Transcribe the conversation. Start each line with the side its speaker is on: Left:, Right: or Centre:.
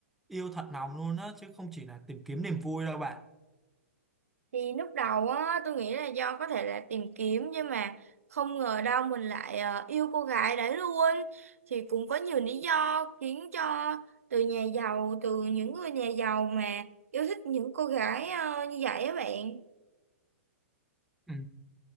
Centre: yêu thật lòng luôn á chứ không chỉ là tìm kiếm niềm vui đâu bạn
Right: Thì lúc đầu á, tôi nghĩ là do có thể là tìm kiếm nhưng mà không ngờ đâu mình lại ờ, yêu cô gái đấy luôn. Thì cũng có nhiều lý do khiến cho từ nhà giàu, từ những người nhà giàu mà yêu thích những cô gái ờ, như vậy á bạn.
Centre: ừ,